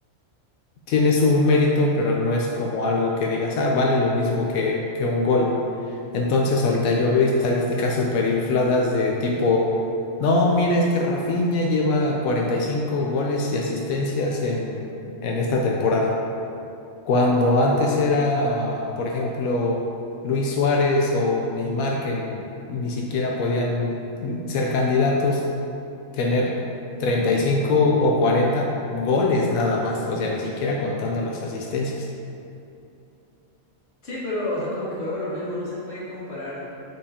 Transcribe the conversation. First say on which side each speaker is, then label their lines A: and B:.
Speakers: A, on the left (about 85°); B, on the left (about 50°).
A: tiene su mérito, pero no es como algo que digas, ah, vale lo mismo que, que un gol. Entonces, ahorita yo veo estadísticas súper infladas de tipo, no, mira, es que Rafinha lleva 45 goles y asistencias en, en esta temporada. Cuando antes era, por ejemplo, Luis Suárez o Neymar, que ni, ni siquiera podían ser candidatos, tener 35 o 40 goles nada más, o sea, ni siquiera contando las asistencias.
B: Sí, pero, o sea, como que vuelvo a lo mismo, no se puede comparar